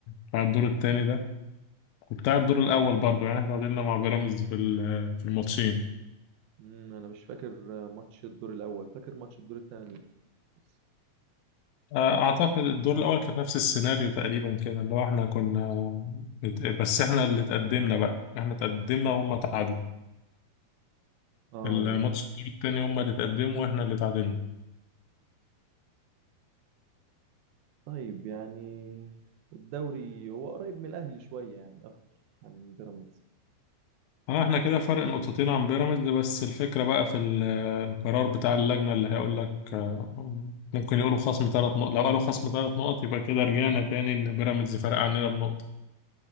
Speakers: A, on the left; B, on the right.
A: بتاع الدور التاني ده كنت قاعد الدور الأول برضو يعني احنا تعادلنا مع بيراميدز في ال- في الماتشين
B: مم، انا مش فاكر ماتش الدور الاول فاكر ماتش الدور الثاني بس
A: آه، أعتقد الدور الأول كان نفس السيناريو تقريبا كده اللي هو احنا كنا مت- بس احنا اللي تقدمنا بقى احنا تقدمنا وهم تعادلوا
B: اه
A: الماتش الدور التاني هم اللي تقدموا واحنا اللي تعادلنا
B: طيب يعني الدوري هو قريب من الاهلي شويه يعني اكتر عن بيراميدز
A: اه احنا كده فرق نقطتين عن بيراميدز بس الفكرة بقى في ال- القرار بتاع اللجنة اللي هيقول لك آه، ممكن يقولوا خصم ثلاث نقط لو قالوا خصم ثلاث نقط يبقى كده رجعنا تاني ان بيراميدز فرق عننا بنقطة